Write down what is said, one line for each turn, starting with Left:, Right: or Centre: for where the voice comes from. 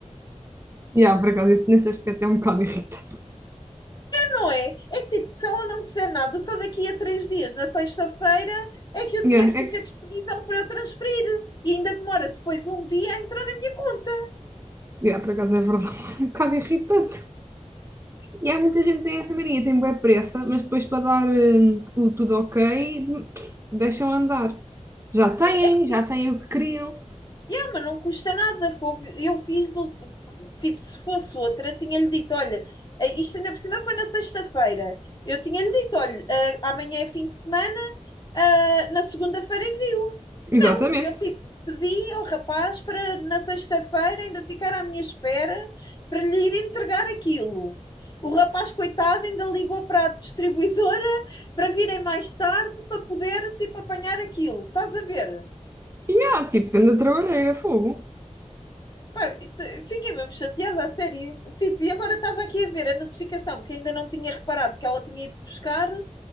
Right: Yeah, por acaso, isso nesse aspecto é um bocado irritante.
Left: Não é? É que tipo, se ela não me disser nada, só daqui a três dias, na sexta-feira, é que o
Right: Yeah,
Left: dinheiro fica
Right: é que,
Left: disponível para eu transferir. E ainda demora depois um dia a entrar na minha conta.
Right: yeah, por acaso é verdade, <laughs> é um bocado irritante. E há muita gente que tem essa mania, tem boa pressa, mas depois para dar hum, o tudo ok, deixam andar. Já têm,
Left: É que
Right: já
Left: tipo,
Right: têm o que queriam.
Left: yeah, mas não custa nada, fogo. Eu fiz, os- tipo, se fosse outra, tinha-lhe dito, olha, eh, isto ainda por cima foi na sexta-feira. Eu tinha-lhe dito, olha, eh, amanhã é fim de semana, eh, na segunda-feira envio.
Right: Exatamente.
Left: Eu, tipo, pedi ao rapaz para na sexta-feira ainda ficar à minha espera para lhe ir entregar aquilo. O rapaz, coitado, ainda ligou para a distribuidora para virem mais tarde para poder, tipo, apanhar aquilo. Estás a ver?
Right: E yeah, tipo, grande trabalheira, fogo.
Left: Pá, e te- fiquei mesmo chateada, a sério. Tipo, e agora estava aqui a ver a notificação que ainda não tinha reparado que ela tinha ido buscar